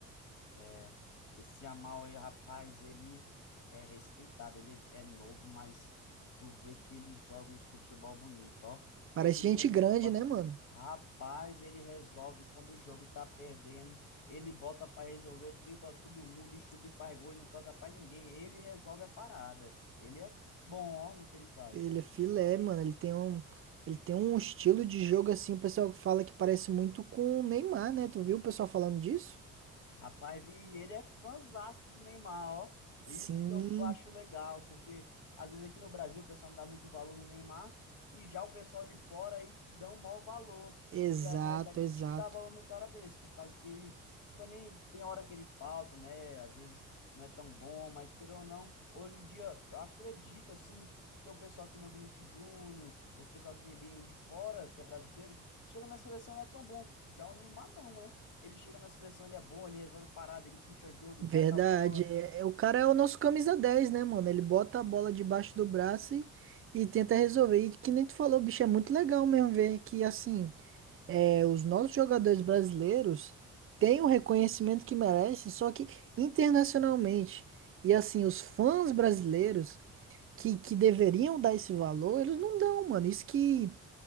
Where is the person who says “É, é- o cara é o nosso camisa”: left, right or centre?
Right